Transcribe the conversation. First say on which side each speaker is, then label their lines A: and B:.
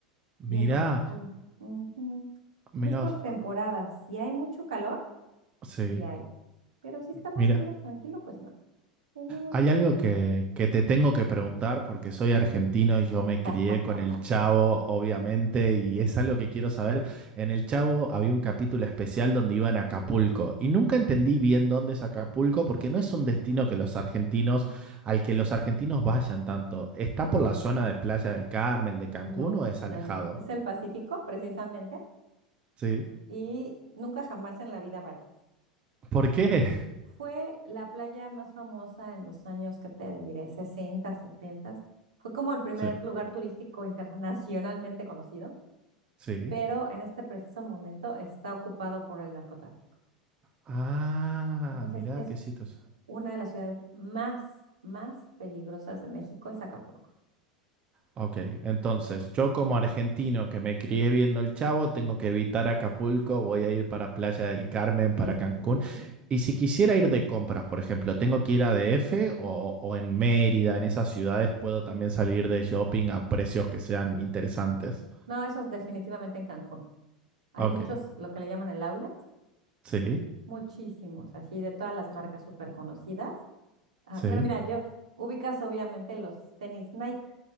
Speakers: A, on the right; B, on the right.
A: Mirá,
B: Y es lo que sale. Ujú. Entonces
A: mirá,
B: es por
A: o sea,
B: temporadas. Si hay mucho calor,
A: sí,
B: Sí hay, pero si está más
A: mira.
B: o menos tranquilo, pues no. Pues no.
A: Hay algo que, que te tengo que preguntar porque soy argentino y yo me crié
B: <laughs>
A: con el Chavo, obviamente, y es algo que quiero saber. En el Chavo había un capítulo especial donde iban a Acapulco y nunca entendí bien dónde es Acapulco porque no es un destino que los argentinos, al que los argentinos vayan tanto. ¿Está por la zona de Playa del Carmen, de Cancún
B: No,
A: o es
B: no,
A: alejado?
B: no, no. Es el Pacífico, precisamente,
A: Sí.
B: y nunca jamás en la vida vayas.
A: ¿Por qué? <laughs>
B: Fue la playa más famosa en los años, que te diré? 60, 70. Fue como el primer
A: Sí.
B: lugar turístico internacionalmente conocido,
A: Sí.
B: pero en este preciso momento está ocupado por el narcotráfico.
A: Ah,
B: Entonces,
A: mirá,
B: es
A: qué situación.
B: una de las ciudades más, más peligrosas de México, es Acapulco.
A: Ok, entonces yo como argentino que me crié viendo El Chavo, tengo que evitar Acapulco, voy a ir para Playa del Carmen,
B: Sí,
A: para Cancún.
B: sí, sí, sí, sí.
A: Y si quisiera ir de compras, por ejemplo, ¿tengo que ir a DF o, o en Mérida, en esas ciudades puedo también salir de shopping a precios que sean interesantes?
B: No, eso es definitivamente en Cancún. Hay
A: Ok,
B: muchos, lo que le llaman el outlet,
A: sí,
B: muchísimos, así de todas las marcas súper conocidas. Ah,
A: sí,
B: bueno, mira, yo ubicas obviamente los tenis Nike,